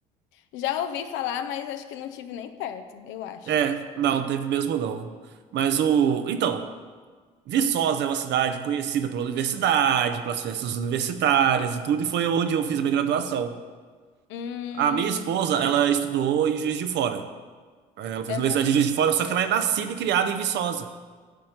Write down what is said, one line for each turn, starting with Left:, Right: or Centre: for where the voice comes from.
Left: já ouvi falar, mas acho que não tive nem perto, eu acho.
Right: É, não, teve mesmo não. Mas o. Então, Viçosa é uma cidade conhecida pela universidade, pelas festas universitárias e tudo, e foi onde eu fiz a minha graduação.
Left: Hum,
Right: A minha esposa, ela estudou em Juiz de Fora. É, Ela fez
Left: aham,
Right: universidade em Juiz de Fora, só que ela é nascida e criada em Viçosa.